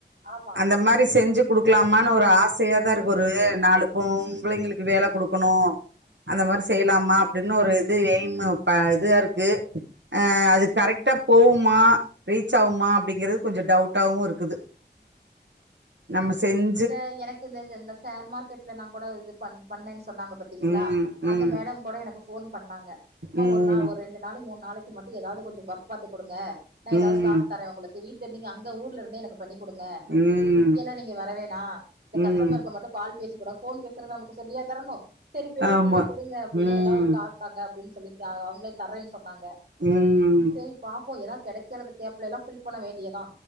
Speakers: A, on the right (about 50°); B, on the right (about 85°).
A: ஆமா
B: இந்த மாரி செஞ்சுக் குடுக்லாமான் ஒரு ஆசையாதா இருக்கு ஒரு நாலு பொம்ளைங்களுக்கு வேல கொடுக் கணூ
A: ம்
B: அந்த மாரி செய்யலாமா அப்டின்னு ஒரு இது எய்மு ப இது ஆருக்கு ஆ அது கரெக்டா போவுமா ரீச் ஆவுமா அப்டிங்கறது கொஞ்சொ டவுட்டாவு இருக்குது
A: ம்
B: நம்ம செஞ்
A: இந்த எனக்கு இந்த இந்த ஷேர் மார்க்கெட்ல நா கூட இது ப பண்ணென் சொன்னாங்க பாத் திங்ளா
B: ம் ம்
A: அந்த மேடம் கூட எனக்கு போன் பண்ணாங்க சும்மா
B: ம்
A: ஒரு நாள் ஒரு ரெண்டு நாளைக் மூணு நாளைக்கு மட்டு எதாவது கொஞ்சொ ஒர்க் பாத்து கொடுங்க நா எதாவது
B: ம்
A: காசு தரே ஒங்களுக் வீட்ல நீங்க அங்க ஊர்லருந்தே எனக்கு பண்ணி குடுங்க
B: ம்
A: இங்கெல்லா நீங்க வரவேணா இந்த
B: ம்
A: கஸ்டமருக்கு மட்டு கால் பேசிக்கூட போன் பேசற நமக்கு சொல்லியா தரணு செரி பேசித்
B: ஆமா
A: தரெ கொடுங்க அப்டின்னே
B: ம்
A: எதாவொரு காசு தாங்க அப்டின் சொல்லிர்க்ளா அ அவங்ளே தர்றேன் சொன்னாங்க
B: உம்
A: செரி பாப்போ எதா கெடைக்குற இந்த கேப்லை எல்லா ஃபில் பண்ண வேண்டியதா